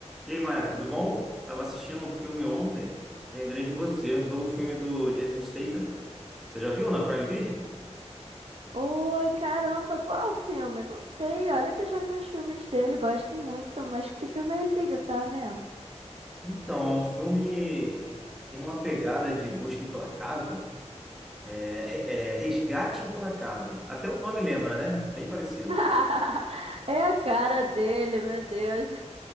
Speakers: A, in the centre; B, on the right.
A: E aí, Mayra, tudo bom? Tava assistindo um filme ontem, lembrei de você, o novo filme do Jason Statham. Você já viu na Prime Video?
B: Oi, caramba, qual o filme? Não sei, olha que eu já vi uns filmes dele, gosto muito, mas que filme é esse aí que você tá vendo?
A: Então, o filme tem uma pegada de busca implacável, é, é, resgate implacável. Até o nome lembra, né? Bem parecido.
B: <laughs> É a cara dele, meu Deus.